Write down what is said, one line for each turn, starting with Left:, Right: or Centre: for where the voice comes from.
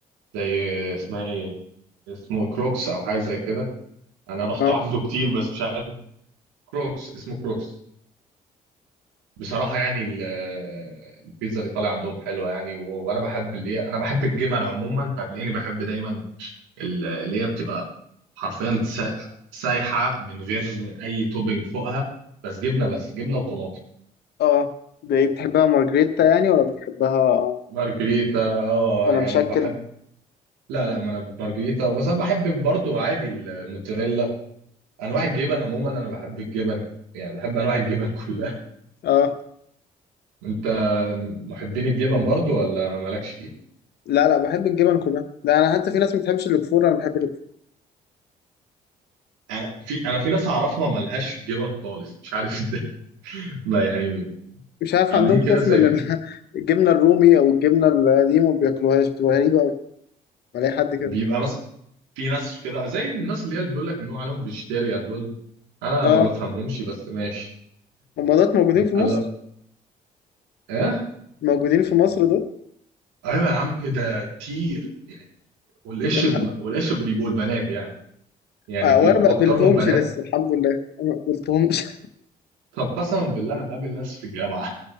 Right: زي اسمها إيه اسمه إيه؟ كروكس أو حاجة زي كده أنا
Left: <laughs>
Right: رحت
Left: اه
Right: عنده كتير بس مش عارف كروكس اسمه كروكس بصراحة يعني ال- البيتزا الإيطالية عندهم حلوة يعني و- وأنا بحب اللي هي أنا بحب الجبن عموما فهتلاقيني بحب دايما ال- اللي هي بتبقى حرفيا سا- سايحه من غير اي توبينج فوقها بس جبنه بس جبنه وطماطم
Left: اه دي بتحبها مارجريتا يعني ولا بتحبها اه
Right: مارجريتا اه
Left: ولا
Right: يعني
Left: مشكل
Right: وبحب لا لا ما انا مارجريتا بس انا بحب برضو عادي الموتزاريلا انواع الجبن عموما انا بحب الجبن يعني بحب انواع الجبن كلها
Left: اه
Right: <laughs> انت محبين الجبن برضو ولا مالكش فيه
Left: لا لا بحب الجبن كلها ده انا حتى في ناس ما بتحبش الكفور انا بحب الكفور
Right: انا في انا في ناس اعرفها ملهاش في الجبن خالص مش عارف ازاي <laughs> ما يعني
Left: مش عارف
Right: عاملين
Left: عندهم
Right: كده
Left: خوف
Right: زي
Left: من ال- <laughs> الجبنه الرومي او الجبنه اللي دي ما بياكلوهاش بتبقى غريبه قوي بلاقي حد كده
Right: بيبقى مثلا في ناس كده زي الناس اللي هي اللي بيقول لك ان هو عليهم فيجيتيريان دول انا
Left: اه
Right: ما بفهمهمش بس ماشي
Left: الممرضات موجودين في مصر
Right: قال لا ايه
Left: موجودين في مصر دول
Right: ايوه يا عم ده كتير يعني والقش
Left: لما
Right: ب- والقش بيبقوا البنات يعني يعني
Left: آه،
Right: بيبقوا
Left: وانا ما
Right: اكترهم
Left: اه قابلتهمش
Right: بنات
Left: لسه الحمد لله أنا ما قابلتهمش
Right: طب قسما بالله انا مقابل ناس في الجامعه